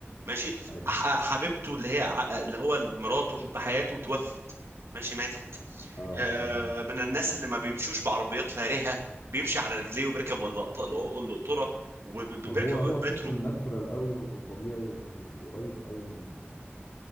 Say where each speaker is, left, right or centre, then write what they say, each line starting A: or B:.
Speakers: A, on the right; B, on the left.
A: ماشي
B: ايوه
A: أح- آه، حبيبته اللي هي ع- آه، اللي هو مراته وحب حياته توفت ماشي ماتت
B: اه
A: آه،
B: اه
A: من الناس اللي ما بيمشوش بعربيات فارهة بيمشي على رجليه وبيركب القط- القطورة وبيركب
B: فهو هو تحسه
A: المترو
B: ناتشورال قوي وطبيعي وقريب قوي من